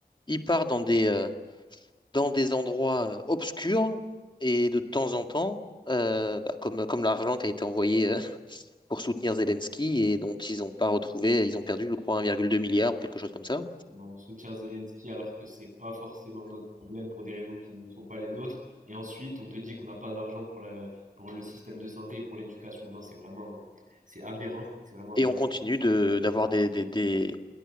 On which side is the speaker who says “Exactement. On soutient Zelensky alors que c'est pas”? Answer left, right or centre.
Right